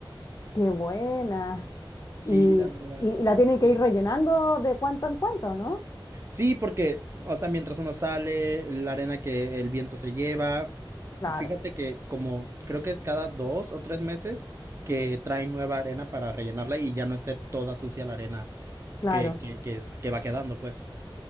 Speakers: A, on the left; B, on the right.
A: qué buena.
B: Sí,
A: Y,
B: la verdad.
A: y la tienen que ir rellenando de cuanto en cuanto, ¿no?
B: Sí, porque, o sea, mientras uno sale, la arena que el viento se lleva,
A: Claro,
B: fíjate que como creo que es cada dos o tres meses que traen nueva arena para rellenarla y ya no esté toda sucia la arena
A: claro.
B: que, que, que, que va quedando, pues.